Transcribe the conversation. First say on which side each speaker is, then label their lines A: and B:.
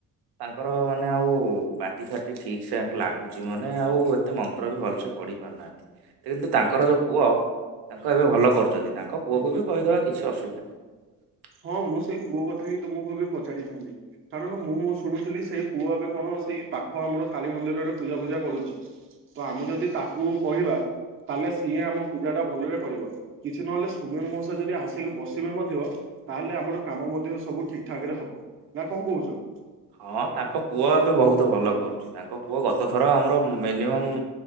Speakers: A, on the right; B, on the right.
A: ତାଙ୍କର ମାନେ ଆଉ ପାଟି ଫାଟି ଠିକ ସେ ଲାଗୁଛି ମାନେ ଆଉ ଏତେ ମନ୍ତ୍ର ବି ଭଲସେ ପଢି ପାରୁନାହାନ୍ତି କିନ୍ତୁ ତାଙ୍କର ଯୋଉ ପୁଅ ତାଙ୍କୁ ଏବେ ଭଲ କରୁ ଯଦି ତାଙ୍କ ପୁଅକୁ ବି କହିଦେବା କିଛି ଅସୁବିଧା ନାହିଁ।
B: ହଁ ମୁଁ ସେଇ ପୁଅ କଥା ହିଁ ତୁମକୁ ଏବେ ପଚାରିଥାନ୍ତି କାରଣ ମୁଁଁ ଶୁଣୁଥିଲି ସେଇ ପୁଅ ଏବେ କଣ ସେଇ ପାଖ ଆମର କାଳି ମନ୍ଦିରରେ ପୂଜା ଫୁଜା କରୁଛି ତ ଆମେ ଯଦି ତାକୁ କହିବା। ତାହେଲେ ସିଏ ଆମ ପୂଜାଟା ଭଲରେ କରିବ କିଛି ନହେଲେ ସୌମ୍ୟ ମଉସା ଯଦି ଆସିକି ବସିବେ ମଧ୍ୟ ତାହେଲେ ଆମର କାମ ମଧ୍ୟ ସବୁ ଠିକ୍ ଠାକ ରେ ହବ ନା କଣ କହୁଛ।
A: ହଁ ତାଙ୍କ ପୁଅ ଏବେ ବହୁତ ଭଲ କରୁଛି ତାଙ୍କ ପୁଅ ଗତ ଥର ଆମର ମିନିମମ୍